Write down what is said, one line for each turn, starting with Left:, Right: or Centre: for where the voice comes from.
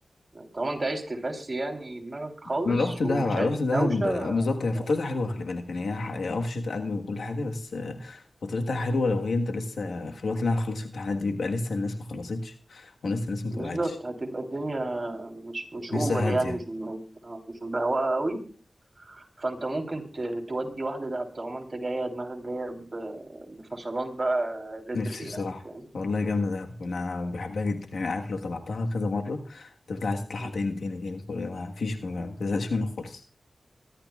Right: طالما انت عايز تفسي يعني دماغك خالص
Left: انا رحت دهب
Right: ومش
Left: رحت
Right: عايز
Left: دهب
Right: دوشه
Left: آه، بالظبط
Right: روح
Left: هي
Right: دهب
Left: فترتها حلوه خلي بالك يعني هي ح- هي اه في شتاء اجمل وكل حاجه بس آه، فترتها حلوه لو هي انت لسه في الوقت اللي انا هخلص في الامتحانات دي بيبقى لسه الناس ما خلصتش ولسه الناس
Right: بالظبط
Left: ما طلعتش
Right: هتبقى الدنيا مش مش اوفر
Left: لسه
Right: يعني
Left: هاديه
Right: مش م- آه، مش مبهوقه قوي فانت ممكن ت- تودي واحده دهب طالما انت جايه دماغك جايه ب- بفصلان بقى ليترلي
Left: نفسي بصراحه
Right: يعني فاهم
Left: والله جامده دهب انا بحبها جدا يعني عارف لو طلعتها كذا مره انت بتبقى عايز تطلعها
Right: مم.
Left: تاني تاني تاني كل ما فيش ما بتزهقش منها خالص